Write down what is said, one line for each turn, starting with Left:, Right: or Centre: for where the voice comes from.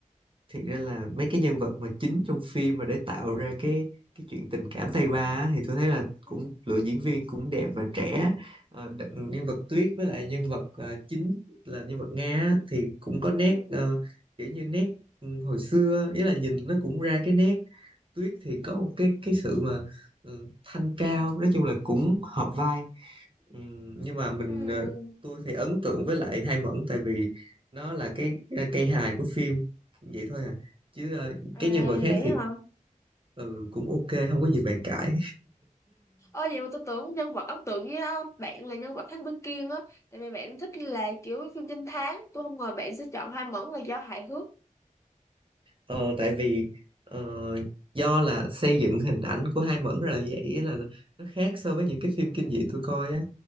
Right: thiệt ra là mấy cái nhân vật mà chính trong phim mà để tạo ra cái cái chuyện tình cảm tay ba á, thì tôi thấy là cũng
Left: ừ
Right: lựa diễn viên cũng đẹp và trẻ Ờ, đ- nhân vật Tuyết với lại nhân vật ờ, chính là nhân vật Nga á, thì cũng có nét
Left: ừ
Right: ờ, kiểu như nét ừ, hồi xưa ý là nhìn nó cũng ra cái nét Tuyết thì có một cái cái sự mà ừ, thanh cao nói chung là cũng hợp vai Ừm, nhưng mà mình
Left: ừ
Right: ờ, tôi thì ấn tượng với lại Hai Mẫn tại vì nó là cái ờ, cây hài của phim vậy thôi à chứ ờ,
Left: à
Right: cái nhân vật khác
Left: vậy
Right: thì
Left: hả
Right: ừ, cũng ok không có gì bàn cãi
Left: ơ vậy mà tôi tưởng nhân vật ấn tượng với á, bạn là nhân vật Thám Tử Kiên á tại vì bạn thích là kiểu phim trinh thám tôi không ngờ bạn sẽ chọn Hoa Mẫn là do hài hước
Right: Ờ, tại vì ờ, do là xây dựng hình ảnh của Hai Mẫn ra là như vậy ý là nó khác so với những cái phim kinh dị tôi coi á